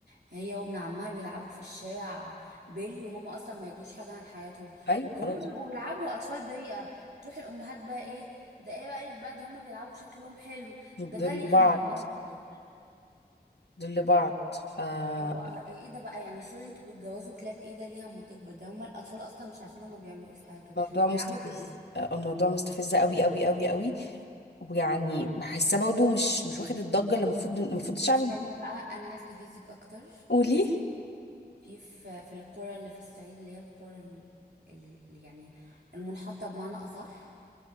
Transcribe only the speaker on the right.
هي وابن عمها بيلعبوا في الشارع بيلي وهما أصلا ما يدوش حاجة عن حياتهم
هما بيبقوا بيلعبوا أطفال بريئة تروح الأمهات بقى ايه ده ايه رأيك بقى ده هما بيلعبوا شكلهم حلو
ده ده ليها
م- ما تكبر
هو اه، ايه ده بقى يعني سوري انتوا بتجوزوا كلاب ايه ده ليها ما تكبر ده هما الأطفال أصلا مش عارفين هما بيعملوا ايه في حياتهم
بيلعبوا بيلي
استني بقى انا عايز استفزك اكتر
في في في القرى اللي في الصعيد اللي هي القرى ال- ال- اللي يعني المنحطه بمعنى اصح